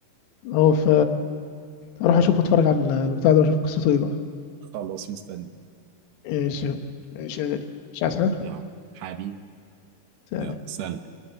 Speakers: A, on the left; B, on the right.
A: اه ف اروح اشوف اتفرج على البتاع ده واشوف قصته ايه بقى
B: خلاص مستني
A: ماشي ماشي يا غالي مش عايز حاجه
B: يلا حبيبي
A: سلام.
B: يلا سلام